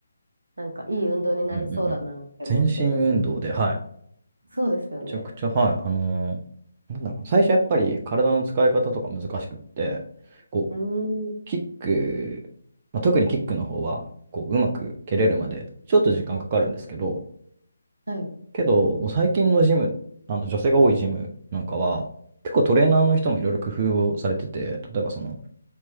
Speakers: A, on the right (about 60°); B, on the right (about 30°).
A: なんかいい運動になりそうだなって思って。
B: うんうんうん。全身運動で、はい。
A: そうですよね。
B: めちゃくちゃ、はい。あのーなんだろう。最初やっぱり体の使い方とか難しくって、こう、
A: うーん。
B: キック、まあ、特にキックの方は、こう、うまく蹴れるまで、ちょっと時間かかるんですけど、
A: はい。
B: けど、もう最近のジム、あの、女性が多いジムなんかは、結構トレーナーの人もいろいろ工夫をされてて、例えばその、